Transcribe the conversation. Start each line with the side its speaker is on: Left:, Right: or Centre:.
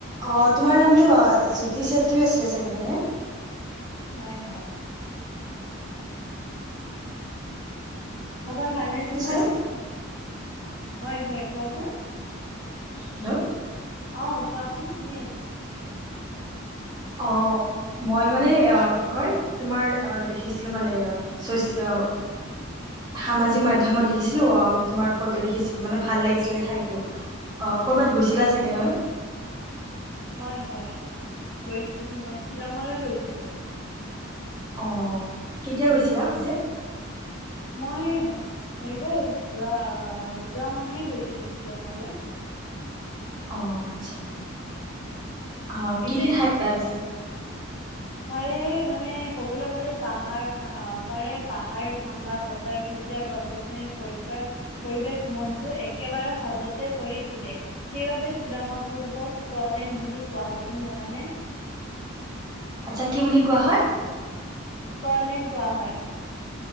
Right: অ তোমাৰ নামটো জ্যোতি চেত্ৰী আছিলে চাগে। হয়নে?
Left: হয় হয় খবৰ ভালনে
Right: শুনিছানে
Left: তোমাৰ? হয় হয় কোৱাচোন
Right: হেল্ল'
Left: অ কোৱাচোন শুনি আছো।
Right: অ মই মানে কি কয় তোমাৰ দেখিছিলো মানে চচিয়ে অ সামাজিক মাধ্যমত দেখিছিলো অ তোমাৰ ফটো দেখিছিলো মানে ভাল লাগিছিলে ঠাইতো। অ ক'বাত গৈছিলা চাগে নহয়?
Left: হয় হয় গৈছিলো মই শ্বিলঙলৈ গৈছিলো।
Right: অঁ কেতিয়া গৈছিলা পিছে?
Left: মই হৈ গ'ল যোৱা আহ যোৱা মাহে গৈছিলো শ্বিলঙলৈ।
Right: অ আচ্ছা অ
Left: পিছে
Right: কি কি <unintelligible> পিছে
Left: তাৰে মানে কবলৈ গ'লে পাহাৰ আহ তাৰে পাহাৰ ঠাণ্ডা বতৰ সেউজীয়া গছ গছনিৰ পৰিষ্কাৰ পৰিৱেশ মনটো একেবাৰে সহজতে কৰি তোলে সেইবাবে শ্বিলঙৰ পূৰ্ব স্কটলেণ্ড বুলি কোৱা হয়। তুমি জানানে?
Right: আচ্ছা কি বুলি কোৱা হয়?
Left: স্কটলেণ্ড কোৱা হয়।